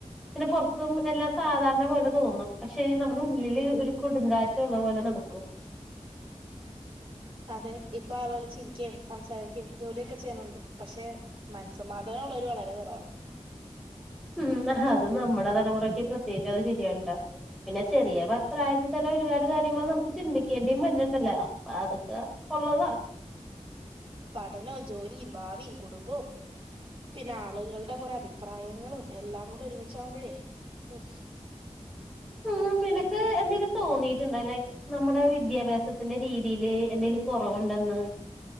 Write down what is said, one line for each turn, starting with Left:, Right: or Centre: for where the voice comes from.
Centre: പിന്നെ പൊർത്തും എല്ലാം സാധാരണ പോലെ തോന്നും പക്ഷെ നമ്മുടെ ഉള്ളിൽ ഒര് കൊടും കാറ്റ് ഒള്ള പോലെ നടക്കും
Right: അതെ ഇപ്പ ആളുകൾ ചിരിക്കെയം സംസാരിക്കെയം ജോലിയൊക്കെ ചെയ്യ്ണ് ഇണ്ട് പക്ഷെ മൻസമാ <unintelligible> വളരെ കുറവാാണ്
Centre: ഉം ആ അത് നമ്മുടെ തലമുറക്ക് പ്രത്യേകിച്ച് അത് ശരിയാണ് ട്ടോ പിന്നെ ചെറിയ പ്രാ പ്രായത്തിൽ തന്നെ ഒരുപാട് കാര്യങ്ങൾ നമുക്ക് ചിന്തിക്കേണ്ടിം വര്‌ണ് ഇണ്ടല്ലോ അപ്പ അതൊക്കെ ഒള്ളതാ
Right: പഠനും ജോലിയും ഭാവിയും കുടുംബവും പിന്നെ ആളുകളുടെ കുറെ അഭിപ്രായങ്ങളും എല്ലാം കൂടെ ഒരുമിച്ചാവുമ്പോഴേ ഔ
Centre: ഉം നിനക്ക് എന്തെങ്കിലും തോന്നിട്ട് ഇണ്ടോ ലൈക്ക് നമ്മുടെ വിദ്യാഭ്യാസത്തിന്റെ രീതിയിൽ എന്തെലും കൊറവ് ഇണ്ടെന്ന്